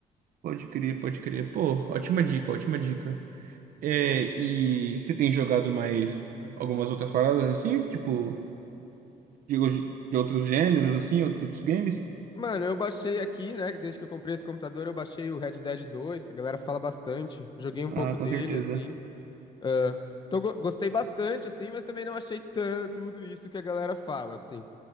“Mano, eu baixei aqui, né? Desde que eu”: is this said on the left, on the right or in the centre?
Left